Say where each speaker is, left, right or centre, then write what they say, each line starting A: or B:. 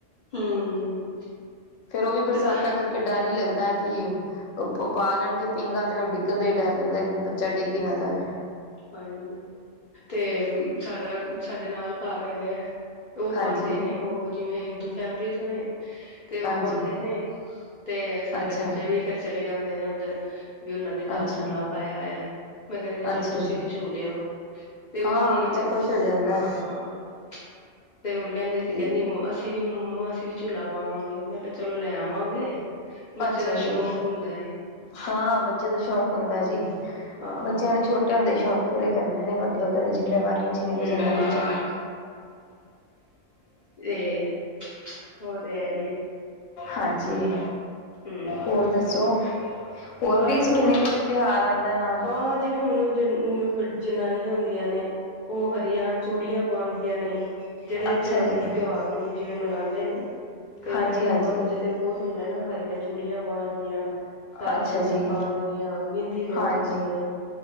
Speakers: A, on the left; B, on the left.
A: ਹਮ
B: ਫ਼ੇਰ ਉਹ ਵੀ ਬਰਸਾਤਾਂ
A: ਤੇ ਬਸ
B: ਕਰਕੇ ਡਰ ਹੀ ਲੱਗਦਾ ਹੈ। ਕਿ ਉਹ ਪਾ ਲੈਣਗੇ ਪੀਂਘਾਂ ਤੇ ਉਹ ਡਿੱਗਣ ਦਾ ਹੀ ਡਰ ਲੱਗਦਾ ਕਿ ਬੱਚਾ ਡਿੱਗ ਹੀ ਨਾ ਜਾਵੇ।
A: ਹਾਂਜੀ, ਤੇ ਸਾਡਾ ਸਾਡੇ ਨਾਲ ਘਰ ਹੈਗਾ ਉਹ
B: ਹਾਂਜੀ
A: ਪਾਉਦੇ ਨੇ ਉਹ ਜਿਵੇਂ ਹਿੰਦੂ ਫੈਮਿਲੀ ਤੋਂ ਨੇ। ਤੇ ਉਹ
B: ਹਾਂਜੀ
A: ਪਾਉਂਦੇ ਨੇ ਤੇ ਸਾਡੇ
B: ਅੱਛਾ
A: ਬੱਚੇ ਵੀ ਫਿਰ ਚਲੇ ਜਾਂਦੇ ਨੇ ਉਧਰ। ਵੀ ਉਹਨਾਂ ਦੇ ਘਰ
B: ਅੱਛਾ,
A: ਝੂਲਾ ਪਾਇਆ ਹੋਇਆ। ਮੈਂ ਕਹਿੰਦੀ ਹਾਂ ਚਲੋ।
B: ਅੱਛਾ
A: ਤੁਸੀਂ
B: ਜੀ,
A: ਵੀ ਝੂਲ ਆਓ ਤੇ ਉਹ
B: ਹਾਂ
A: ਹੁਣ
B: ਬੱਚਾ ਖੁਸ਼ ਹੋ ਜਾਂਦਾ
A: ਹਾਂ ਤੇ ਹੁਣ ਕਹਿੰਦੀ
B: ਠੀਕ।
A: ਸੀ ਕਹਿੰਦੀ ਅਸੀਂ ਵੀ ਮਾਸੀ ਜੀ ਝੂਲਾ ਪਾਵਾਂਗੇ ਮੈਂ ਕਿਹਾ ਚਲੋ ਲੈ ਆਵਾਂਗੇ ਬੱਚੇ
B: ਅੱਛਾ
A: ਦਾ
B: ਜੀ,
A: ਸ਼ੌਕ ਹੁੰਦਾ ਹੈ।
B: ਹਾਂ ਬੱਚੇ ਦਾ ਸ਼ੌਂਕ ਹੁੰਦਾ ਜੀ,
A: ਹਾਂ
B: ਬੱਚਿਆਂ ਨੂੰ ਛੋਟੇ ਹੁੰਦੇ ਹੀ ਸ਼ੌਂਕ। ਪੂਰੇ ਕਰਨ ਨੇ ਵਡੇ ਹੋ ਕੇ ਜਿੰਮੇਵਾਰੀਆਂ 'ਚ ਨਹੀਂ ਬਚਦਾ
A: ਹਮ ਹਮ
B: ਬੱਚੇ।
A: ਤੇ ਉਹ ਤੇ ਹੈ ਹੀ ਹੈ।
B: ਹਾਂਜੀ।
A: ਹਮ
B: ਹੋਰ ਦੱਸੋ? ਹੋਰ
A: ਬਸ
B: ਵੀ ਇਸ ਮਹੀਨੇ
A: ਹੋ
B: ਵਿਚ ਕੋਈ ਤਿਉਹਾਰ ਆਉਂਦਾ ਨਾਲ।
A: ਹਾਂ ਜਿਵੇਂ ਹੁਣ ਜੋ ਜਨਾਨੀਆਂ ਹੁੰਦੀਆਂ ਨੇ, ਉਹ ਹਰੀਆਂ ਚੂੜੀਆਂ ਪਾਉਂਦੀਆਂ ਨੇ। ਜਿਹੜੇ ਇਸ
B: ਅੱਛਾ ਜੀ।
A: ਤਿਉਹਾਰ ਨੂੰ ਜਿਵੇਂ ਮਨਾਉਂਦੇ ਨੇ ਕਈਆਂ
B: ਹਾਂਜੀ-ਹਾਂਜੀ,
A: ਹਿੰਦੂਆਂ ਨੂੰ। ਬਹੁਤ ਹੁੰਦਾ ਨਾ ਹਰੀਆਂ ਚੂੜੀਆਂ ਪਾਣਗੀਆਂ, ਹਰਾ
B: ਅੱਛਾ
A: ਸੂਟ
B: ਜੀ,
A: ਪਾਣਗੀਆਂ। ਲਵਾਉਦੀਆਂ
B: ਹਾਂਜੀ
A: ਨੇ ਹਾਂ